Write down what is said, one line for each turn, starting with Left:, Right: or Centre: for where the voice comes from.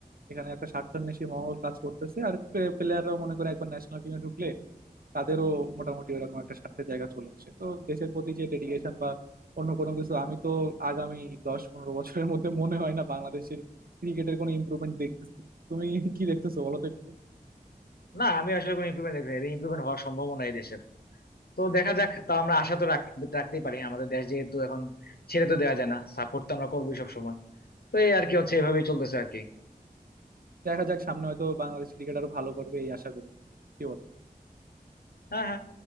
Right: এখানে একটা স্বার্থান্বেষী মহল কাজ করতেছে আর প্লেয়াররাও মনে করে একবার ন্যাশনাল টিমে ঢুকলে তাদেরও মোটামুটি ওরকম একটা স্বার্থের জায়গা চলে আসে তো দেশের প্রতি যে ডেডিকেশন বা অন্য কোনো কিছু আমি তো আগামী দশ পনেরো বছরের মধ্যে মনে হয় না বাংলাদেশের ক্রিকেটের কোনো ইমপ্রুভমেন্ট দেখতেছি তুমি কি দেখতেছো বলো তো একটু
Left: না আমি আসলে কোনো ইমপ্রুভমেন্ট দেখছি না। এটা ইমপ্রুভমেন্ট হওয়ার সম্ভাবনা এই দেশের তো দেখা যাক তা আমরা আশা তো রাখ- রাখতেই পারি আমাদের দেশ যেহেতু এখন ছেড়ে তো দেওয়া যায় না সাপোর্ট তো আমরা করবোই সব সময় তো এই আর কি হচ্ছে এভাবেই চলতেছে আর কি
Right: দেখা যাক সামনে হয়তো বাংলাদেশ ক্রিকেট আরো ভালো করবে এই আশা করি কি বলো
Left: হ্যাঁ হ্যাঁ